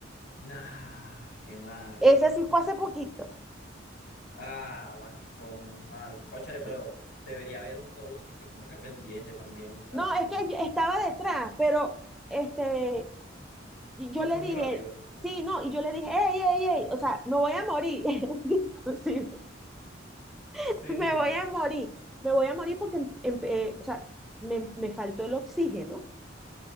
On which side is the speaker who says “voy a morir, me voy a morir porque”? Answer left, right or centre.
Centre